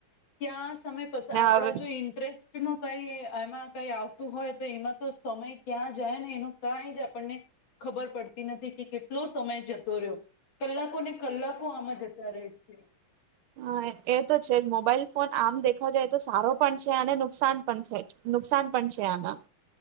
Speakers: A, on the left (about 70°); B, on the right (about 80°).
A: ક્યાં સમય પછી
B: ને
A: આપડા
B: હવે
A: જો ઈન્ટરેસ્ટ નો કઈ એમાં ક આવતું હોય તો એમાં તો સમય ક્યાં જાય ને એનું કઈ જ આપણને ખબર પડતી નથી કે કેટલો સમય જતો રહ્યો કલાકોને. કલાકો આમાં જતા રહે. <inaudible>
B: હા એ તો છે મોબાઈલ. ફન આમ દેખવા જાય તો સારો. પણ છે અને નુકસાન પણ નુકસાન પણ છે આના.